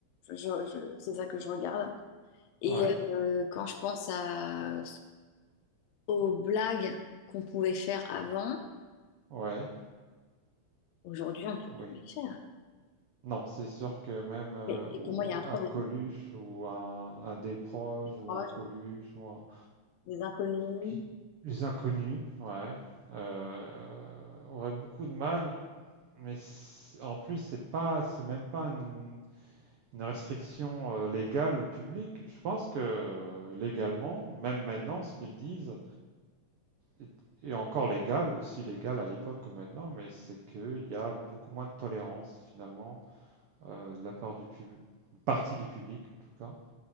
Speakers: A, on the left (about 75°); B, on the right (about 80°).
A: je- je- c'est ça que je regarde. Et
B: ouais,
A: euh, quand je pense à, aux blagues qu'on pouvait faire avant,
B: ouais,
A: aujourd'hui, on peut
B: oui.
A: plus les faire.
B: Non, c'est sûr que même euh,
A: Et, et
B: ou
A: pour moi, il y a un problème.
B: un Coluche ou un, un Desproges ou
A: Proche,
B: un Coluche ou un...
A: des inconnus.
B: qui- Les inconnus, ouais, euh, auraient beaucoup de mal, mais c'est- en plus, c'est pas, c'est même pas une, une restriction euh, légale ou publique. Je pense que euh, légalement, même maintenant, ce qu'ils disent est, est encore légal, aussi légal à l'époque que maintenant, mais c'est qu'il y a beaucoup moins de tolérance finalement euh, de la part du pub- partie du public en tout cas,